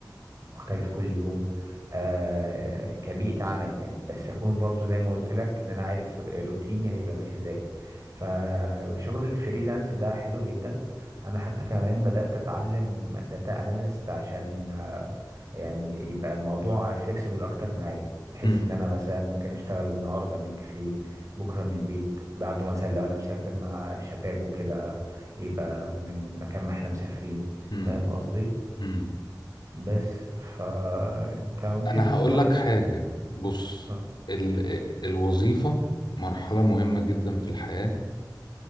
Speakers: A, on the right; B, on the left.
A: مختلف كل يوم آه كبيئة عمل يعني بس أكون برضو زي ما قلت لك إن أنا عارف روتيني هيبقى ماشي إزاي فشغل الفريلانس ده حلو جدا أنا حتى كمان بدأت أتعلم داتا أناليست عشان آه يعني يبقى الموضوع فليكسيبل أكتر معايا بحيث
B: امم
A: إن أنا مثلا ممكن أشتغل النهاردة من كافيه بكرة من البيت بعده مثلا لو أنا مسافر مع الشباب وكده يبقى من مكان ما إحنا مسافرين
B: امم
A: فاهم قصدي؟
B: امم
A: بس فانت ممكن
B: انا هقول
A: تقول
B: لك
A: لي
B: حاجة بص
A: اه
B: ال... الوظيفة مرحلة مهمة جدا في الحياة